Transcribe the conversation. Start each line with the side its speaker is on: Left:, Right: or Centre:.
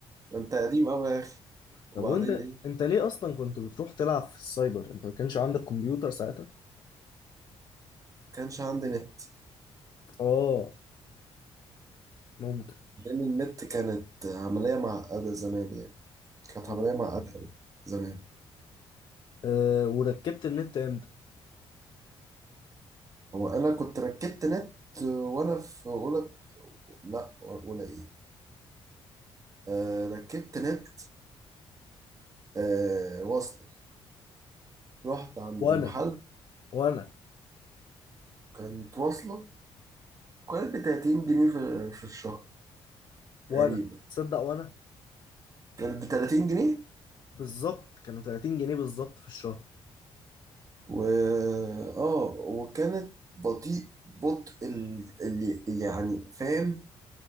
Right: ده انت قديم قوي يا اخي وبعدين
Left: طب وانت
Right: ايه
Left: انت ليه اصلا كنت بتروح تلعب في السايبر انت ما كانش عندك كمبيوتر ساعتها
Right: كانش عندي نت
Left: اه ممكن
Right: لان النت كانت عمليه معقده زمان يعني كانت
Left: اه
Right: عمليه معقده أوي زمان
Left: أه وركبت النت امتى
Right: هو انا كنت ركبت نت وانا في اولى لا اولى ايه آه ركبت نت آه واصله رحت عند
Left: وانا
Right: محل
Left: وانا
Right: كانت واصله كانت ب 30 جنيه في, في الشهر
Left: وانا
Right: تقريبا
Left: تصدق وانا
Right: كانت ب 30 جنيه
Left: بالظبط كانوا 30 جنيه بالظبط في الشهر
Right: و اه وكانت بطيء بطء ال- اللي يعني فاهم